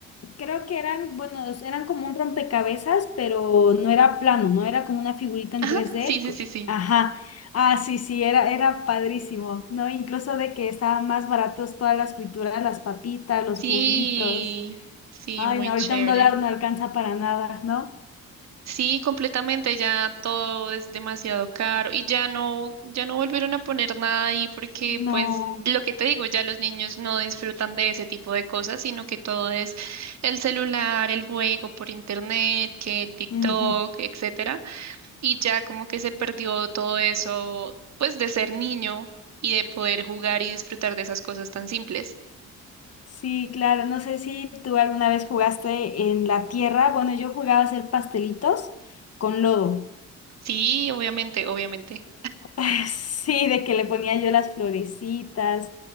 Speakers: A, on the left; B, on the right.
A: creo que eran, bueno, es- eran como un rompecabezas, pero no era plano, ¿no? Era como una figurita en
B: Ajá,
A: tres d
B: sí, sí,
A: co-
B: sí, sí.
A: Ajá. Ah, sí, sí, era, era padrísimo, ¿no? Incluso de que estaban más baratos todas las frituras, las papitas, los
B: Sí,
A: juguitos.
B: sí,
A: Ay,
B: muy
A: no, ahorita
B: chévere.
A: un dólar no alcanza para nada, ¿no?
B: Sí, completamente, ya todo es demasiado caro y ya no, ya no volvieron a poner nada ahí porque
A: No.
B: pues lo que te digo, ya los niños no disfrutan de ese tipo de cosas, sino que todo es el celular, el juego por internet, que el TikTok,
A: Ujú.
B: etcétera, y ya como que se perdió todo eso, pues de ser niño y de poder jugar y disfrutar de esas cosas tan simples.
A: Sí, claro, no sé si tú alguna vez jugaste en la tierra. Bueno, yo jugaba a hacer pastelitos con lodo.
B: Sí, obviamente, obviamente.
A: <laughs> Sí, de que le ponía yo las florecitas.